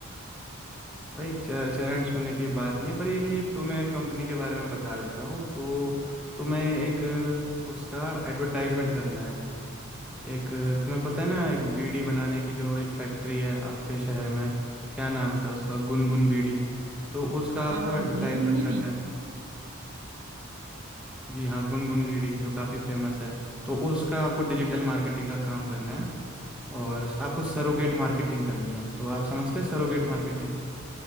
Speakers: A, in the centre; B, on the right.
A: भाई च- चरण छूने की बात नहीं है पर ये कि तुम्हें कंपनी के बारे में बता देता हूँ तो तुम्हें एक उसका एडवर्टाइजमेंट करना है एक तुम्हें पता है ना एक बीड़ी बनाने की जो एक फैक्ट्री है आपके शहर में क्या नाम था उसका गुनगुन बीड़ी तो उसका आपको
B: हाँ हाँ
A: एडवर्टाइजमेंट
B: गुनगुन बीड़ी
A: करना है जी हाँ गुनगुन बीड़ी जो काफ़ी फेमस है तो उसका आपको डिजिटल मार्केटिंग का काम करना है और आपको सरोगेट मार्केटिंग करनी है तो आप समझते हैं सरोगेट मार्केटिंग